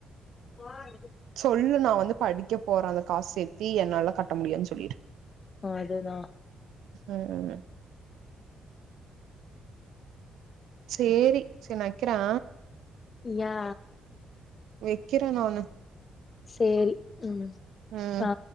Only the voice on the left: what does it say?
<unintelligible>
அதுதான்
யா
செரி உம்
ஆ